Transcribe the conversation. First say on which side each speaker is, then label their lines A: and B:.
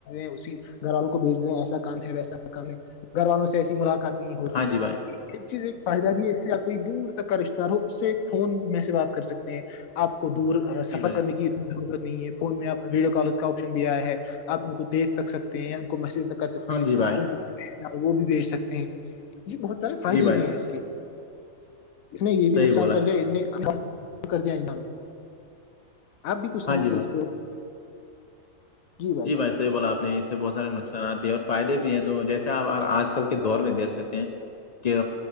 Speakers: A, on the left; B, on the left.
A: اسی گھر والوں کو بھیج دے ہیں ایسا کام ہے ویسا کام ہے گھر والوں سے ایسی ملاقات نہیں ہوتی
B: ہاں جی بھائی
A: ایک چیز ایک فائدہ بھی ہے اس سے آپ کوئی دور کا رشتے دار ہو اس سے ایک فون میں سے بات کر سکتے ہیں آپ کو دور
B: جی
A: سفر
B: بھائی جان
A: کرنے کی ضرورت نہیں ہے فون میں آپ ویڈیو کالر کا آپشن بھی آیا ہے آپ ان کو دیکھ تک سکتے ہیں ان کو میسج تک کر سکتے
B: ہاں
A: ہیں
B: جی بھائی
A: ان کو وہ بھی بیچ سکتے ہیں جی بہت سارے فائدے
B: جی بھائی
A: بھی
B: جان
A: ہیں اس کے اس نے یہ بھی
B: صحیح
A: نقصان
B: بولا
A: کر دیا ا کر دیا انسانوں کو آپ بھی کچھ سنائے
B: ہاں جی بھائی
A: اس پہ بھائی
B: جی
A: جان
B: بائی سر سے بولا آپ نے اس سے بہت سارے نقصانات بھی اور فائدے بھی ہیں تو جیسے آپ آج کل کے دور میں دیکھ سکتے ہیں کہ